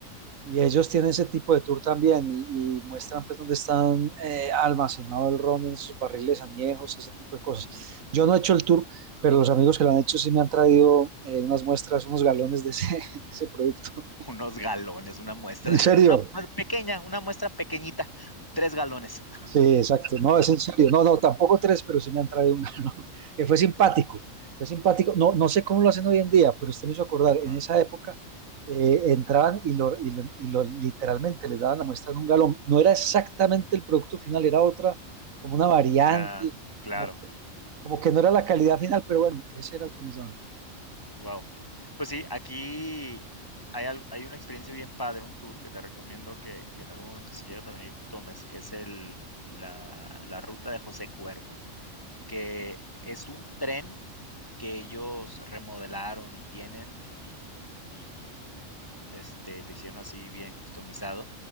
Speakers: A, on the right; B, on the left.
A: y ellos tienen ese tipo de tour también y, y muestran
B: Ujú,
A: pues dónde están eh, almacenado el ron en sus barriles añejos y ese tipo de cosas.
B: ujú, ujú.
A: Yo no he hecho el tour, pero los amigos que lo han hecho sí me han traído eh, unas muestras, unos galones
B: <laughs>
A: de ese, <laughs> de ese producto. <laughs>
B: Unos galones, una muestra
A: En
B: <laughs>
A: serio,
B: una mue pequeña, una muestra pequeñita, 3 galones.
A: Sí, exacto. No, es en serio. No, no, tampoco tres, pero sí me han traído un galón, <laughs> que fue simpático. Fue simpático. No, no sé cómo lo hacen hoy en día, pero usted me hizo acordar,
B: Ajá,
A: en esa época eh, entraban y lo, y, lo, y lo- literalmente les daban la muestra de un galón. No era exactamente el producto final, era otra, como una variante,
B: ya, claro,
A: como que, como que no era la calidad final, pero bueno, ese era el que nos daban.
B: wow Pues sí, aquí hay al hay una experiencia bien padre, un tour que te recomiendo que que en algún momento, si llegas a venir, tomes, que es el la la ruta de José Cuervo. que es un tren que ellos remodelaron y tienen y, y- y cu- este, le hicieron así bien customizado,